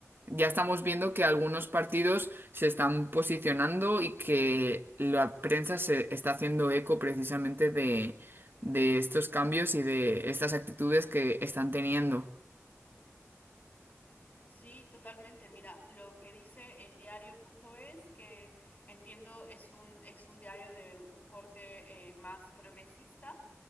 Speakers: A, on the right; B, on the left.
A: Ya estamos viendo que algunos partidos se están posicionando y que la prensa se está haciendo eco precisamente de, de estos cambios y de estas actitudes que están teniendo.
B: Sí, totalmente. Mira, lo que dice el diario.es, que entiendo es un, es un diario de un corte eh, más progresista,